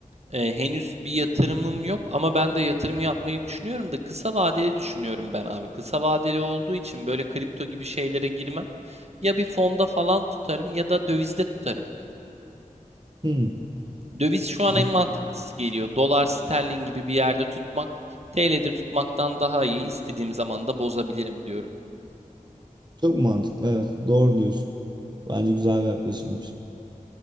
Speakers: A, on the right; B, on the right.
A: Eee, henüz bir yatırımım yok ama ben de yatırım yapmayı düşünüyorum da kısa vadeli düşünüyorum ben abi. Kısa vadeli olduğu için böyle kripto gibi şeylere girmem. Ya bir fonda falan tutarım ya da dövizde tutarım.
B: Hmm.
A: Döviz şu an
B: <laughs>
A: en mantıklısı geliyor. Dolar, sterlin gibi bir yerde tutmak, TL'de tutmaktan daha iyi. İstediğim zaman da bozabilirim diyorum.
B: Çok mantıklı evet. Doğru diyorsun. Bence güzel bir yaklaşımmış.